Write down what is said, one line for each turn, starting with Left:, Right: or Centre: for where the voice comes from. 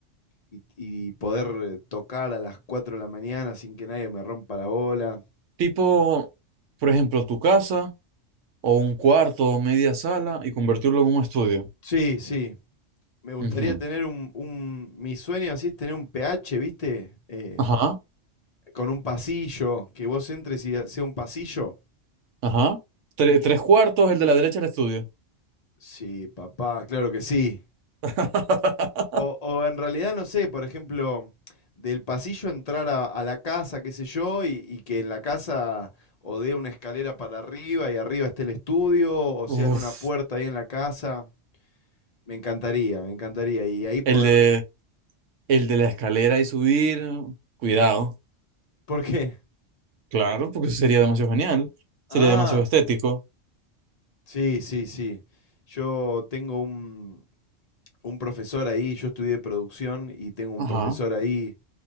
Left: y, y poder eh, tocar a las 4 de la mañana sin que nadie me rompa la bola.
Right: Tipo, por ejemplo, tu casa o un cuarto o media sala y convertirlo en un estudio.
Left: Sí, sí. Me gustaría
Right: Ujú.
Left: tener un, un- mi sueño así es tener un PH, ¿viste? Eh,
Right: Ajá,
Left: con un pasillo, que vos entres y sea un pasillo
Right: ajá. Tre-
Left: Y
Right: tres cuartos, el de la derecha el estudio.
Left: sí, papá, claro que sí.
Right: <laughs>
Left: O, o en realidad, no sé, por ejemplo, del pasillo entrar a, a la casa, qué sé yo, y, y que en la casa o dé una escalera para arriba y arriba esté el estudio, o sea,
Right: Uf,
Left: en una puerta ahí en la casa. Me encantaría, me encantaría. Y ahí poder...
Right: el de, el de la escalera y subir, cuidado.
Left: ¿Por qué?
Right: Claro, porque eso sería demasiado genial, sería
Left: Ah,
Right: demasiado estético.
Left: sí, sí, sí. Yo tengo un, un profesor ahí, yo estudié producción y tengo un
Right: Ajá,
Left: profesor ahí